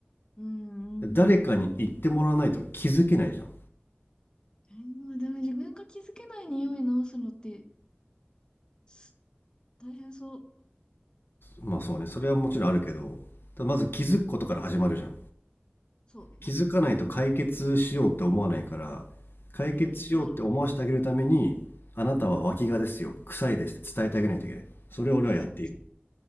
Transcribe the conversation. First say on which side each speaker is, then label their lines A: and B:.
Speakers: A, on the left; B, on the left.
A: うん、
B: 誰かに言ってもらわないと気づけないじゃん。
A: うん。えーでも自分が気づけない匂い直すのって、す大変そ
B: まあそうね、それはもちろんあるけど、まず気づくことから始まるじゃん。
A: う。うん。そうだね。
B: 気づかないと解決しようって思わないから解決しようって思わせてあげるためにあなたは脇がですよ臭いですって伝えてあげないといけないそれを俺はやっている
A: うんうん、なるほど。うん。うん。